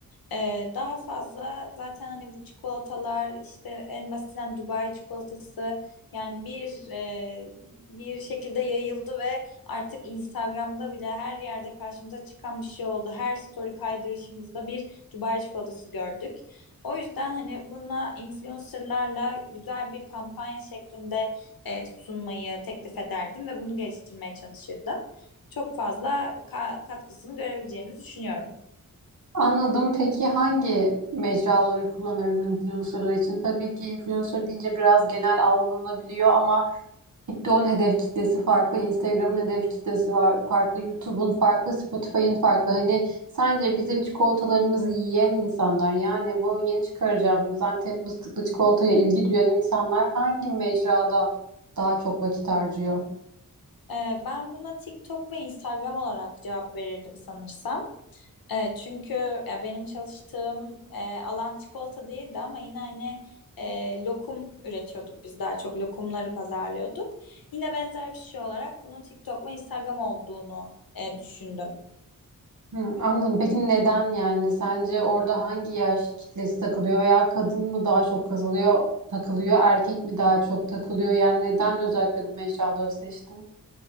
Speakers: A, on the left; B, on the right.
A: Ee, daha fazla zaten hani bu çikolatalar işte en basitinden Dubai çikolatası yani bir e, bir şekilde yayıldı ve artık Instagram'da bile her yerde karşımıza çıkan bir şey oldu. Her story kaydırışımızda bir Dubai çikolatası gördük. O yüzden hani buna influencerlarla güzel bir kampanya şeklinde e, sunmayı teklif ederdim ve bunu geliştirmeye çalışırdım. Çok fazla ka- katkısını görebileceğimizi düşünüyorum.
B: Anladım. Peki hangi mecraları kullanırdın influencerlar için? Tabii ki influencer deyince biraz genel algılanabiliyor ama TikTok'un hedef kitlesi farklı, Instagram'ın hedef kitlesi var, farklı, YouTube'un farklı, Spotify'ın farklı. Hani sence bizim çikolatalarımızı yiyen insanlar yani bu yeni çıkaracağımız Antep fıstıklı çikolataya ilgi duyan insanlar hangi mecrada daha çok vakit harcıyor?
A: Ee, ben buna TikTok ve Instagram olarak cevap verirdim sanırsam. Ee, çünkü ya benim çalıştığım e, alan çikolata değildi ama yine hani e, lokum üretiyorduk biz daha çok lokumları pazarlıyorduk. Yine benzer bir şey olarak bunun TikTok ve Instagram olduğunu e, düşündüm.
B: Hı, anladım. Peki neden yani? Sence orada hangi yaş kitlesi takılıyor veya kadın mı daha çok kazılıyor, takılıyor, erkek mi daha çok takılıyor? Yani neden özellikle bu mecraları seçtin?